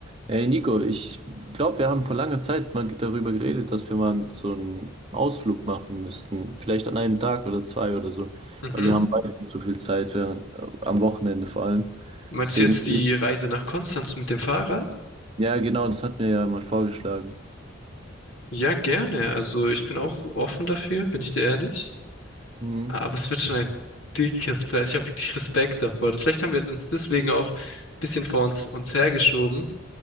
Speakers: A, on the right; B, on the left.
A: Hey Nico, ich glaube, wir haben vor langer Zeit mal darüber geredet, dass wir mal so einen Ausflug machen müssten. Vielleicht an einem Tag oder zwei oder so.
B: Mhm.
A: Weil wir haben beide nicht so viel Zeit, während, äh, am Wochenende vor allem.
B: Meinst
A: Deswegen,
B: du jetzt die Reise nach Konstanz mit dem Fahrrad?
A: ja genau, das hat mir ja mal vorgeschlagen.
B: Ja, gerne. Also ich bin auch offen dafür, bin ich dir ehrlich.
A: Mhm.
B: Aber es wird schon ein dickes Preis. Ich habe wirklich Respekt davor. Vielleicht haben wir uns deswegen auch ein bisschen vor uns, uns hergeschoben,